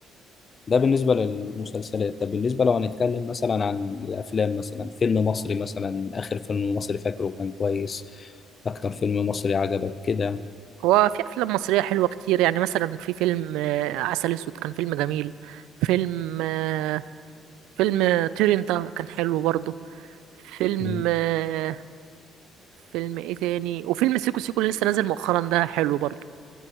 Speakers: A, on the left; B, on the right.
A: ده بالنسبة للمسلسلات طب بالنسبة لو هنتكلم مثلا عن الأفلام مثلا فيلم مصري مثلا آخر فيلم مصري فاكره كان كويس أكتر فيلم مصري عجبك كده
B: هو في افلام مصريه حلوه كتير يعني مثلا في فيلم آه، عسل اسود كان فيلم جميل فيلم آه، فيلم آه، طير انت كان حلو برضه فيلم
A: مم.
B: آه، فيلم ايه تاني وفيلم سيكو سيكو اللي لسه نازل مؤخرا ده حلو برضه